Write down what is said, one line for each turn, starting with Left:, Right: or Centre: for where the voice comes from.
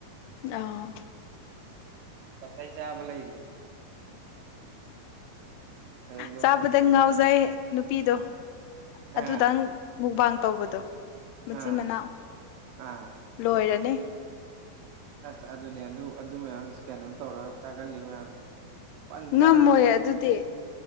Left: ꯑꯥ
Right: ꯇꯩ ꯆꯥꯕ ꯂꯩꯔꯤ ꯑꯗꯨ
Left: ꯆꯥꯕꯗꯪ ꯉꯥꯎꯖꯩ ꯅꯨꯄꯤꯗꯣ ꯑꯗꯨꯗꯪ
Right: ꯑꯥ
Left: ꯃꯨꯛꯕꯥꯡ ꯇꯧꯕꯗꯣ ꯃꯆꯤꯟ
Right: ꯑꯥ
Left: ꯃꯅꯥꯎ
Right: ꯑꯥ
Left: ꯂꯣꯏꯔꯅꯤ
Right: ꯑꯁ ꯑꯗꯨꯅꯦ ꯑꯗꯨ ꯑꯗꯨ ꯃꯌꯥꯝ ꯀꯩꯅꯣ ꯇꯧꯔꯒ ꯆꯥꯒꯜꯂꯤ ꯃꯌꯥꯝ ꯄꯟ
Left: ꯉꯝꯃꯣꯏ
Right: ꯆꯥꯖꯥꯠ
Left: ꯑꯗꯨꯗꯤ